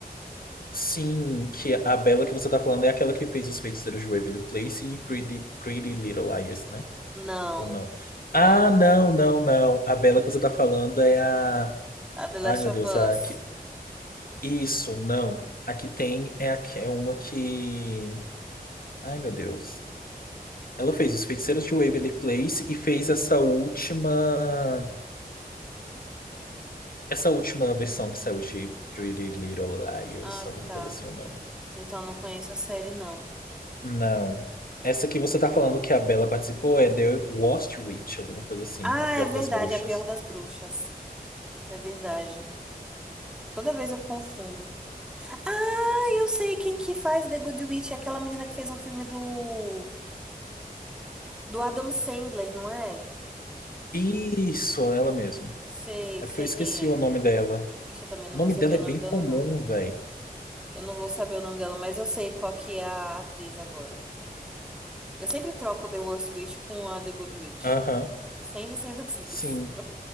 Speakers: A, on the left (about 65°); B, in the centre.
A: sim, que a Bella que você tá falando é aquela que fez Os Feiticeiros de Waverly Place e Pretty, Pretty Little Liars, né?
B: Não,
A: Ou não?
B: não.
A: Ah, não, não, não. A Bella que você tá falando é a.
B: A The Last
A: Ai, meu
B: of
A: Deus,
B: Us.
A: a, Isso, não. A que tem é, a, é uma que. Ai, meu Deus. Ela fez Os Feiticeiros de Waverly Place e fez essa última. Essa última versão que saiu de Pretty Little Liars,
B: Ah,
A: alguma
B: tá.
A: coisa assim o nome.
B: Então não conheço a série, não.
A: Não. Essa que você tá falando que a Bella participou é The Worst Witch, alguma coisa assim,
B: Ah,
A: a pior
B: é verdade,
A: das bruxas.
B: é a pior das bruxas. É verdade. Toda vez eu confundo. Ah, eu sei quem que faz The Good Witch, é aquela menina que fez um filme do do Adam Sandler, não é?
A: Isso, ela mesma.
B: Sei,
A: É porque
B: sei
A: eu esqueci
B: quem é.
A: o nome dela.
B: Ixi, eu também não
A: O nome
B: vou saber
A: dela
B: o
A: é bem
B: nome dela,
A: comum,
B: não.
A: velho.
B: Eu não vou saber o nome dela, mas eu sei qual que é a atriz agora. Eu sempre troco The Worst Witch com a The Good Witch.
A: Aham,
B: Cem de cem das <laughs> vezes.
A: sim,